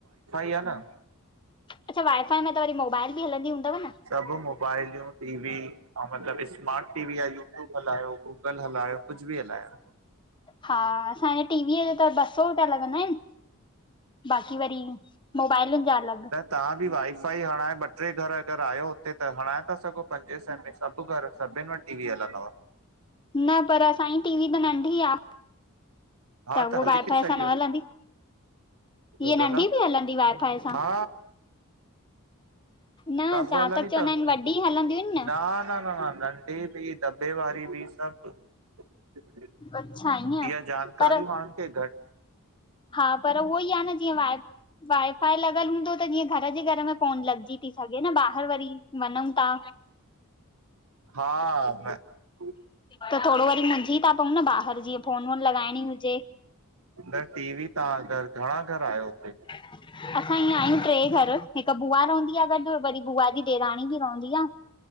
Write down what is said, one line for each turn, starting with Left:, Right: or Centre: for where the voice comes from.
Right: कीअ न?
Left: अच्छा वाईफाई में त वरी मोबाइल बि हलंदी हूंदव न।
Right: सभु मोबाइलूं, टीवी अउ मतलबु स्मार्ट टीवी या यूट्यूब हलायो। गूगल हलायो कुझु बि हलायो।
Left: हा असांजे टीवीअ जो त ॿ सौ रुपिया लॻंदा आहिनि। बाक़ी वरी मोबाइलूं जा अलिॻ।
Right: त तव्हां बि वाईफाई हणाए ॿ टे घर अगरि आहियो हुते त, हणाए था सघो पंजे सै में सभु घर। सभिनि वटि टी-वी हलंदव।
Left: न पर असां जी टी-वी त नंढी आ।
Right: हा
Left: त हू
Right: हली
Left: वाईफाई
Right: थी सघियो
Left: सां न हलंदी।
Right: छो
Left: हीअ
Right: भला
Left: नंढी ॿि हलंदी वायफाय सां।
Right: हा
Left: न
Right: ॻॾु
Left: जहां
Right: <unintelligible> हलंदी
Left: तक चवंदा
Right: तव
Left: आहिनि वॾी हलंदियूं आहिनि न
Right: न-न-न-न- हे ॿि दबे वारी ॿि सभु <unintelligible>
Left: अच्छा ईअं
Right: इहा जानकारी
Left: पर
Right: माण्हुनि खे घटि
Left: हा पर उहो ई आहे न, जीअं वाईफाई लॻल हूंदो त जीअं घर जे घर में फोन लॻजी थी सघे न, ॿाहिरि वरी वञणु ता।
Right: हा <unintelligible>
Left: त थोरो वरी मुंझी था पऊं न ॿाहिरि, जीअं फोन-वोन लॻाइणी हुजे।
Right: त टी-वी तव्हां घर, घणा घर आहियो हुते?
Left: <unintelligible> असां ईय आहियूं ट्रे घर, हिकु बुआ रहंदी आहे ॻॾु, वरी बुआ जी ॾेराणी ॿि रहंदी आहे। <inaudible>